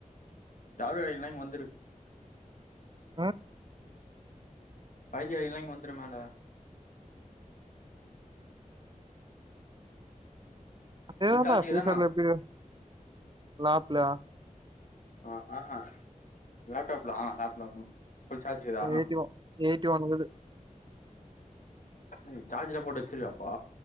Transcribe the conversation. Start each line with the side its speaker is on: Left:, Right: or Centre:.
Left: டவர் கிடக்கலன்னா இங்க வந்துரு
Right: ம்
Left: பை ஜி கிடக்கலன்னா இங்க வந்துடு மேல
Right: அப்டி
Left: ஃபுல்
Right: வேணா
Left: சார்ஜுக்குதான
Right: பியூச்சர்ல எப்டி லப்பிளயா
Left: ஹ ஆ லேப்டாப்ல அ லேப்ல வந்து புல் சார்ஜ் இது ஆஹா
Right: எயிட்டி ஒன் எயிட்டி ஒன் இருக்குது
Left: ம் சார்ஜ்ல போட்டு வச்சுருவியா அப்போ